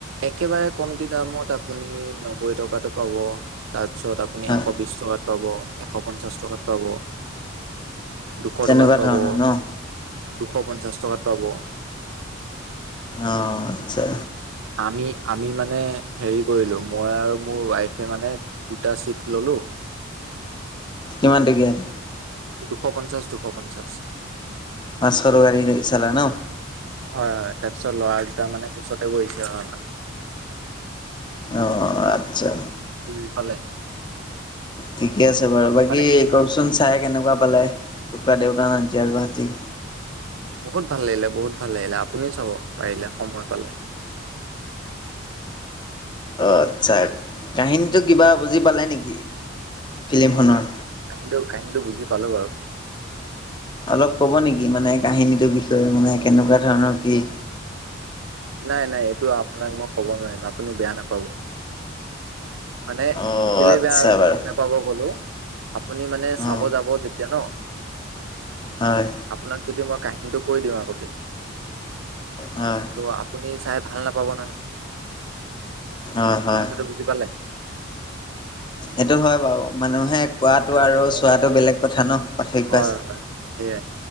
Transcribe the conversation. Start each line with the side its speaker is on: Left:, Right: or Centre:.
Right: একেবাৰে কমতি দামত আপুনি নব্বৈ টকাটো পাব, তাৰ পিছত আপুনি
Left: হয়,
Right: এশ বিশ টকাত পাব এশ পঞ্চাশ টকাত পাব দুশ
Left: তেনেকুৱা
Right: টকাত পাব
Left: ধৰণৰ ন?
Right: দুশ পঞ্চাশ টকাত পাব।
Left: অ আচ্ছা।
Right: আমি আমি মানে হেৰি কৰিলো মই আৰু মোৰ ৱাইফে মানে দুটা চিট ললো
Left: কিমান টকীয়া?
Right: দুশ পঞ্চাশ দুশ পঞ্চাশ।
Left: পাঁচশ টকা দি দি চালা ন।
Right: হয় হয় তাৰপিছত ল'ৰা দুটা মানে কোচতে বহিছে আৰু আমাৰ।
Left: অ আচ্ছা।
Right: বুজি পালে?
Left: ঠিকে আছে বাৰু বাকী
Right: মানে
Left: কওকচোন চাই কেনেকুৱা পালে ককা দেউতা নাটি আৰু হাতী?
Right: বহুত ভাল লাগিলে বহুত ভাল লাগিলে আপুনিও চাব পাৰিলে সময় পালে।
Left: অঁ আচ্ছা কাহিনীটো কিবা বুজি পালে নেকি ফিল্মখনৰ?
Right: কাহিনীটো কাহিনীটো বুজি পালো বাৰু।
Left: অলপ ক'ব নেকি মানে কাহিনীটোৰ বিষয়ে মানে কেনেকুৱা ধৰণৰ কি।
Right: নাই নাই এইটো আপোনাক মই কব নোৱাৰিম আপুনি বেয়া নাপাব। মানে
Left: অ
Right: কেলে
Left: আচ্ছা
Right: বেয়া
Left: বাৰু
Right: নোপাব কলো আপুনি মানে চাব
Left: অ
Right: যাব যেতিয়া ন
Left: হয়।
Right: আপোনাক যদি মই কাহিনীটো কৈ দিওঁ আগতে
Left: হয়।
Right: ত' আপুনি চাই ভাল নাপাব নহয়
Left: হয় হয়
Right: কথাটো বুজি পালে।
Left: এইটো হয় বাৰু মানুহে
Right: ত'
Left: কোৱাটো
Right: সেইকাৰণে
Left: আৰু
Right: মই
Left: চোৱাটো
Right: মানে
Left: বেলেগ কথা ন পাৰ্থক্য
Right: হয়
Left: আছে।
Right: হয় সেয়াই